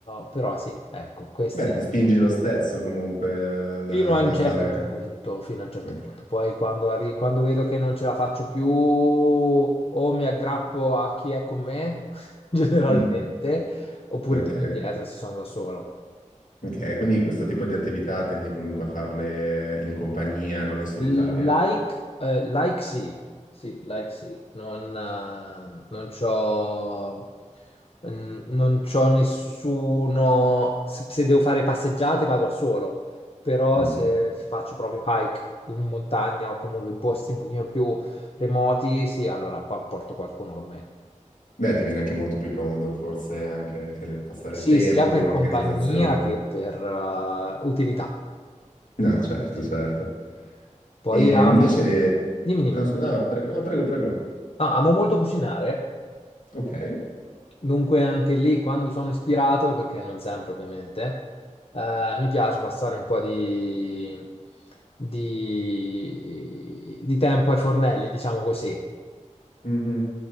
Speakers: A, on the left (about 50°); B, on the left (about 80°).
A: eh, però sì, ecco, questi
B: Beh, ti spingi lo stesso comunque eh,
A: fino
B: da
A: a un certo
B: a fare.
A: punto, fino a un certo
B: Ok.
A: punto. Poi quando, arri- quando vedo che non ce la faccio più o mi aggrappo a chi è con me, <laughs> generalmente,
B: <laughs>
A: oppure
B: Ok.
A: torno indietro se sono da solo.
B: Ok, quindi questo tipo di attività tendi comunque a farle in compagnia, non in solitaria.
A: Like, eh, like sì, sì, like sì, non, eh, non c'ho, n- non c'ho nessuno, se se devo fare passeggiate vado da solo, però
B: Mhm.
A: se faccio proprio hike in montagna o comunque in posti un pochino più remoti, sì, allora po- porto qualcuno con me.
B: Beh, ti viene anche molto più comodo, forse anche per passare
A: Sì,
B: il tempo,
A: sia per
B: l'organizzazione.
A: compagnia che per eh, utilità,
B: No,
A: diciamo
B: certo,
A: così.
B: certo.
A: Poi
B: E
A: amo,
B: invece, le-
A: dimmi, dimmi,
B: no, scu- no, prego, no, prego, prego.
A: Ah, amo molto cucinare.
B: Ok.
A: Dunque anche lì, quando sono ispirato, perché non sempre ovviamente, eh, mi piace passare un po' di, di- di tempo ai fornelli, diciamo così.
B: Mhm.